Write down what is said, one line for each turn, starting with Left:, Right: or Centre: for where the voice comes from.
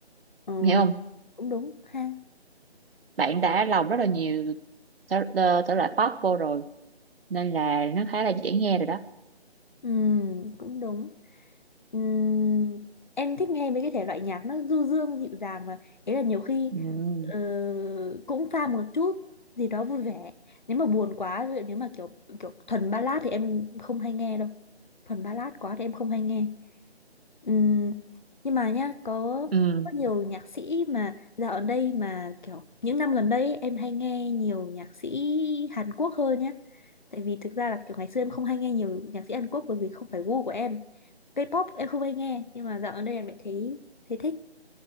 Left: ừ.
Right: em hiểu không?
Left: cũng đúng ha
Right: bạn đã lồng rất là nhiều thể, ờ, thể loại pop vô rồi nên là nó khá là dễ nghe rồi đó
Left: ừ. cũng đúng Ừm, em thích nghe mấy cái thể loại nhạc nó du dương dịu dàng mà ấy là nhiều khi
Right: ừ
Left: ờ, cũng pha một chút gì đó vui vẻ nếu mà buồn quá ví dụ nếu mà kiểu kiểu thuần ballad thì em không hay nghe đâu thuần ballad quá thì em không hay nghe Ừm, nhưng mà nhá có
Right: ừ
Left: có nhiều nhạc sĩ mà dạo ở đây mà kiểu những năm gần đây ấy, em hay nghe nhiều nhạc sĩ Hàn Quốc hơn nhá tại vì thực ra là kiểu ngày xưa em không hay nghe nhiều nhạc sĩ Hàn Quốc bởi vì không phải gu của em K-pop em không hay nghe nhưng mà dạo gần đây em lại thấy thấy thích